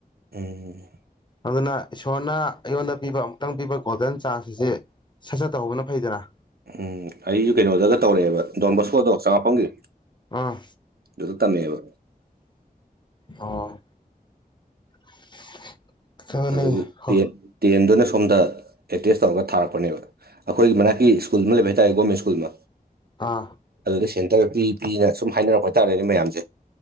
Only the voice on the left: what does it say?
ꯑꯗꯨꯅ ꯏꯁꯣꯔꯅ ꯑꯩꯉꯣꯟꯗ ꯄꯤꯕ ꯑꯃꯨꯛꯇꯪ ꯄꯤꯕ ꯒꯣꯜꯗꯟ ꯆꯥꯟꯁ ꯑꯁꯤ ꯁꯠ ꯁꯠ ꯇꯧꯍꯧꯕꯅ ꯐꯩꯗꯅ
ꯑꯥ
ꯑꯣ <unintelligible> ꯑꯗꯨꯅꯤ
ꯍꯣ
ꯑꯥ